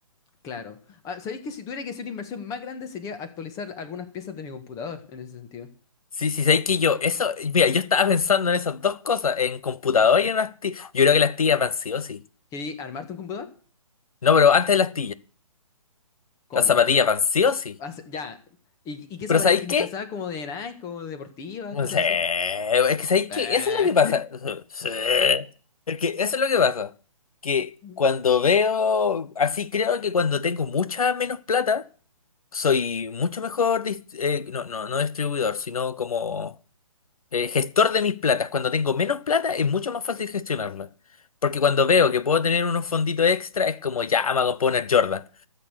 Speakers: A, on the left; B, on the left.
A: Claro. Ah, ¿sabéis que si tuviera que hacer una inversión más grande sería actualizar algunas piezas de mi computador en ese sentido?
B: Sí, sí, sabéis que yo, eso, mira, yo estaba pensando en esas dos cosas, en computador y en las tías. Yo creo que las tías van sí o sí.
A: ¿Queréis armarte un computador?
B: No, pero antes de las
A: ¿Cómo?
B: Las zapatillas van sí o sí.
A: Hace- ya. ¿Y, y qué
B: Pero
A: zapatillas
B: ¿sabéis
A: tiene
B: qué?
A: pensada? ¿Como de Nike, como deportivas,
B: No
A: cosas
B: sé.
A: así?
B: Es que ¿sabéis
A: Eh,
B: qué? Eso es lo que pasa. <laughs> Sí. Es que eso es lo que pasa. Que
A: <laughs>
B: cuando veo, así creo que cuando tengo mucha menos plata, soy mucho mejor, dis- eh, no, no, no distribuidor, sino como eh, gestor de mis platas. Cuando tengo menos plata es mucho más fácil gestionarla. Porque cuando veo que puedo tener unos fonditos extra, es como ya me voy a poner Jordan.